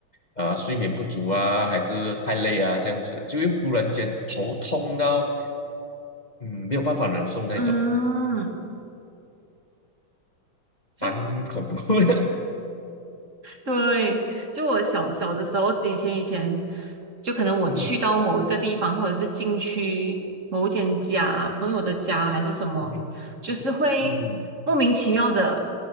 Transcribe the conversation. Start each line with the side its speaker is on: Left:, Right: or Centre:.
Left: 啊、呃睡眠不足啊，还是太累啊这样子，就会忽然间头痛到嗯没有办法忍受那种，
Right: 嗯，就是。
Left: 蛮恐怖的。
Right: 对，就我小小的时候，以前以前，就可能我去到某一个地方，
Left: <laughs> 嗯
Right: 或者是进去某一间家、朋友的家还是什么，
Left: 嗯
Right: 就是会莫名其妙的，
Left: 嗯